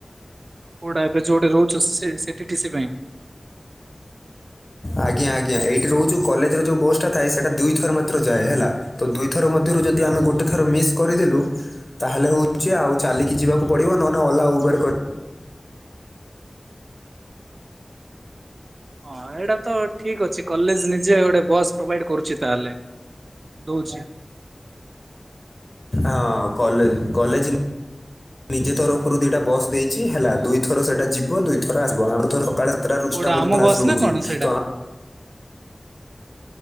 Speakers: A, on the right (about 80°); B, on the left (about 35°).
A: କୋଡ଼ା ଏବେ ଯୋଉଟା ରଉଚ ସେ ସେଠି ଟିସି ପାଇଁ। <inaudible>
B: ଆଜ୍ଞା! ଆଜ୍ଞା! ଏଇଟି ରଉଚୁ କଲେଜ୍ ରୁ ଯୋଉ ବୋସ୍ଟା ଥାଏ ସେଟା ଦୁଇଥର ମାତ୍ର ଯାଏ ହେଲା ତ ଦୁଇ ଥରକୁ ମଧ୍ୟରୁ ଯଦି
A: ହଁ
B: ଆମେ
A: ହଁ।
B: ଗୋଟେ ଥର ମିସ୍ କରିଦେଲୁ ତାହେଲେ ହଉଚି ଆଉ ଚାଲିକି ଯିବାକୁ ପଡ଼ିବ ନହେନେ ଅଲା ଉବେଡ଼ କରି
A: <inaudible> ଅଁ ଏଇଡ଼ାତ ଠିକ୍ ଅଛି କଲେଜ୍ ନିଜେ ଗୋଟେ ବସ୍ ପ୍ରୋଭାଇଡ୍ କରୁଛି ତାହେଲେ। ଦଉଚି।
B: ଆଁ କଲେଜ କଲେଜ୍ ନିଜେ ତରଫରୁ ଦୁଇଟା ବସ୍ ଦେଇଚି ହେଲା ଦୁଇଥର ସେଟା ଯିବ ଦୁଇଥର ଆସିବ। ଆମେଥର ସକାଳେ ତ୍ରା ରୁଷ୍ଟା
A: କୋଉଟା
B: ପୁର୍ଯ୍ୟନ୍ତ
A: ଆମ ବସ୍
B: ରଉଚି
A: ନା କଣ ସେଇଟା?
B: ତ ଆ